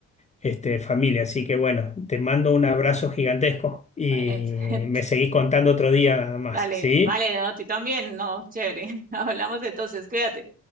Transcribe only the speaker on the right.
bueno, <laughs>
vale
vale, no, tú también, no, chévere. <laughs> Hablamos entonces, cuídate.